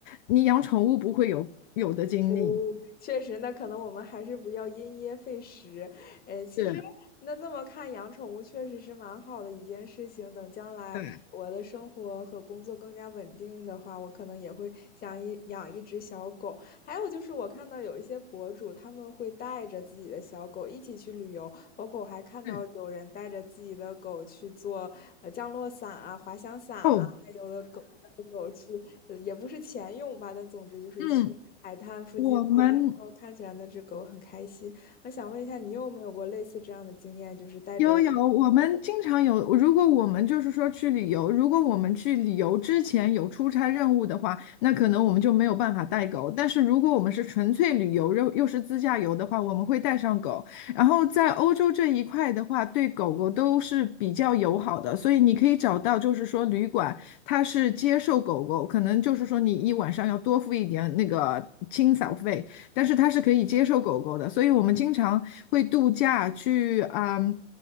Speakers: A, on the left (about 45°); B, on the left (about 25°).
A: 你养宠物不会有有的经历。
B: 哦，确实，那可能我们还是不要因噎废食。诶，其实那这么看，
A: 是，
B: 养宠物确实是蛮好的一件事情。等将来我的生活和工作更加稳定的话，
A: 对，
B: 我可能也会想一养一只小狗。还有就是，我看到有一些博主他们会带着自己的小狗一起去旅游，包括我还看到有人带着自己的狗去做呃降落伞啊、
A: 是，
B: 滑翔伞啊，
A: 哦，
B: 还有的狗。狗去呃也不是钱用吧，但总之就是去海滩附近玩，
A: 嗯，我们。
B: 然后看起来那只狗很开心。我想问一下，你有没有过类似这样的经验，就是带着
A: 有有，我们经常有。如果我们就是说去旅游，如果我们去旅游之前有出差任务的话，那可能我们就没有办法带狗。但是如果我们是纯粹旅游，又又是自驾游的话，我们会带上狗。然后在欧洲这一块的话，对狗狗都是比较友好的，所以你可以找到就是说旅馆它是接受狗狗，可能就是说你一晚上要多付一点那个清扫费。但是它是可以接受狗狗的，所以我们经常会度假去啊、嗯